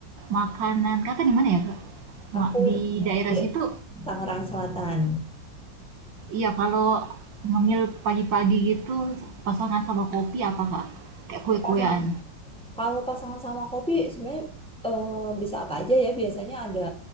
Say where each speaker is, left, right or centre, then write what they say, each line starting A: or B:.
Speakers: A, on the right (about 70°); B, in the centre.
A: makanan kakak di mana ya kak?
B: Aku
A: Ma- di
B: di
A: daerah situ,
B: Tangerang Selatan.
A: iya kalau ngemil pagi-pagi gitu pasangan sama kopi apa kak? Kayak kue-kuean.
B: Pasang, kalau pasangan sama kopi sebenarnya eh, bisa apa aja ya. Biasanya ada,